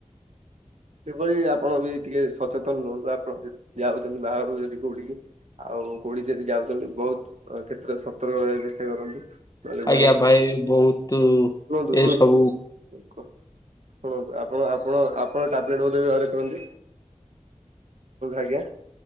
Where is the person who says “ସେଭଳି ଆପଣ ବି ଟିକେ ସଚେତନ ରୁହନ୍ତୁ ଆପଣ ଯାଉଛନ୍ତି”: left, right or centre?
Right